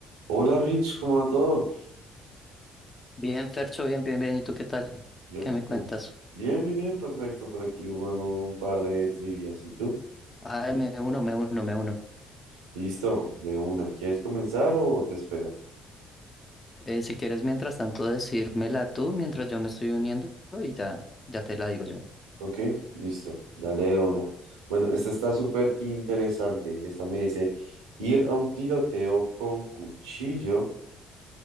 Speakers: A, on the right; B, on the left.
A: Hola Rich, ¿cómo va todo?
B: Bien, Fercho, bien, bien, bien. ¿Y tú qué tal?
A: Yo,
B: ¿Qué me
A: mm,
B: cuentas?
A: bien, bien, bien, perfecto. Por aquí jugando un par de trivias. ¿Y tú?
B: Ay, me uno, me uno, me uno.
A: Listo, de una. ¿Quieres comenzar o te espero?
B: Eh, si quieres, mientras tanto, decírmela tú mientras yo me estoy uniendo y ya, ya te la digo yo.
A: Ok, listo, dale de una. Bueno, esta está súper interesante. Esta me dice, ir a un tiroteo con cuchillo